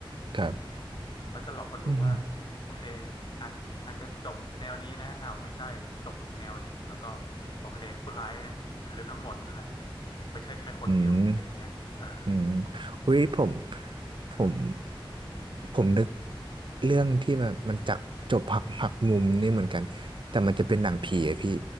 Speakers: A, on the right; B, on the left.
A: ครับ
B: เขาจะหลอกคนดูว่า
A: อืม
B: โอเคอาจอาจจะจบแนวนี้นะอ้าวไม่ใช่จบอีกแนวหนึ่งแล้วก็โอเคผู้ร้ายเนี่ยคือทั้งหมดนั่นแหละไม่ใช่แค่คนเดียวอะไรอย่างเงี้ยเออ
A: อืมอืมอุ้ยผม ผม ผมนึกเรื่องที่มันมันจักจบหักหักมุมนี่เหมือนกัน แต่มันจะเป็นหนังผีอะพี่